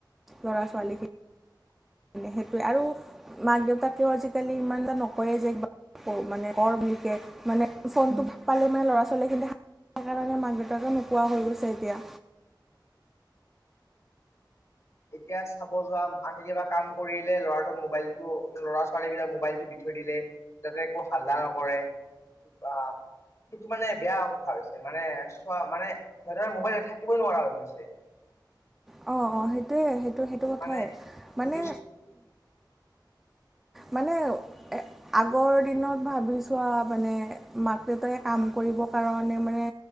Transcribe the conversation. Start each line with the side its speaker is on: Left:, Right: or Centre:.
Centre: ল'ৰা ছোৱালীখিনি সেইটোৱে আৰু মাক দেউতাক ক আজিকালি ইমান এটা নকয়ে যে মানে কৰ বুলি কে মানে ফোনটো পালে মানে ল'ৰা ছোৱালী কিন্তু কাৰণে মাক দেউতাকো নোপোৱা হৈ গৈছে এতিয়া।
Left: এতিয়া চাব যোৱা মাকে কিবা কাম কৰিলে ল'ৰাটোক মোবাইলটো ল'ৰা-ছোৱালী বিলাক মোবাইলটো দি থৈ দিলে, যাতে একো হাল্লা নকৰে আহ সেইটো মানে বেয়া কথা হৈছে, মানে চোৱা মানে সিহঁতৰ মোবাইল থাকিবই নোৱাৰা হৈ গৈছে।
Centre: অ অ সেইটোৱে সেইটো সেইটো কথাই
Left: মানে
Centre: মানে
Left: যদি
Centre: মানে আগৰ দিনত ভাবি চোৱা মানে মাক-দেউতাকে কাম কৰিবৰ কাৰণে মানে